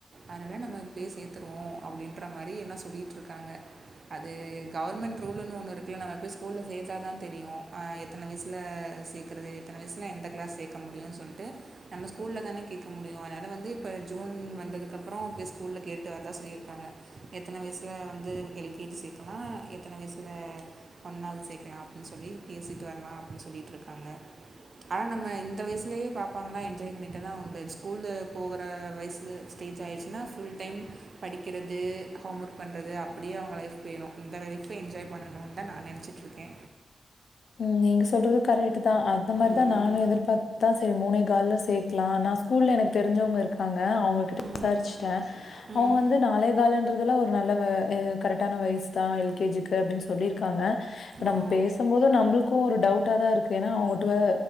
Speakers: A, on the right; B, on the left.
A: அதனால நம்ம இப்பயே சேர்த்திருவோ அப்டின்ற மாரி எல்லா சொல்லிட்ருக்காங்க அது கவர்மெண்ட் ரூல்ன்னு ஒன்னு இருக்குல நம போய் ஸ்கூல்ல சேர்த்தா தா தெரியு அ எத்தன வயசுல சேர்க்கறது எத்தன வயசுல எந்த கிளாஸ் சேர்க்க முடியுன் சொல்ட்டு நம்ம ஸ்கூல்ல தான கேட்க முடியு அதனால வந்து இப்ப ஜூன் வந்ததுக் அப்றோ போய் ஸ்கூல்ல கேட்டு வரதா சொல்லியிருக்காங்க எத்தன வயசுல வந்து எல் கே ஜி சேர்க்கலா எத்தன வயசுல ஒண்னாவது சேர்க்கலா அப்டின் சொல்லி பேசிட்டு வர்லா அப்டி சொல்லிட் இருக்காங்க ஆனா நம்ம இந்த வயசுலேயே பாப்பாங்லா என்ஜாய் பண்ணிட்டதா உண்டு ஸ்கூலு போகற வயசு ஸ்டேஜ் ஆயிருச்சுன்னா ஃபுல் டைம் படிக்கறது ஹோம் ஒர்க் பண்றது அப்டியே அவுங்க லைஃப் போய்ரு இந்த லைஃபா என்ஜாய் பண்ணணுதா நா நெனச்சி ட்ருக்கே
B: ம் நீங்க சொல்றது கரெக்ட்டு தா அந்த மாரி
A: ம்,
B: தா நானு எதிர்பார் அதா செரி மூணே கால்ல சேக்லா நா ஸ்கூல்ல எனக் தெரிஞ்சவுங்க இருக் காங்க அவுங்ககிட்ட
A: ம்,
B: விசாரிச்சுட்ட அவுங்க
A: ம்,
B: வந்து நாளே காலுன்ற இதுலா ஒரு நல்ல கரெக்டான வயசு தா எல் கே ஜி க்கு அப்டின் சொல்லிருக்காங்க நம்ம
A: ஓ
B: பேச போது நம்ளுக்கு ஒரு டவுட்டா தா இருக்கு அவுங்க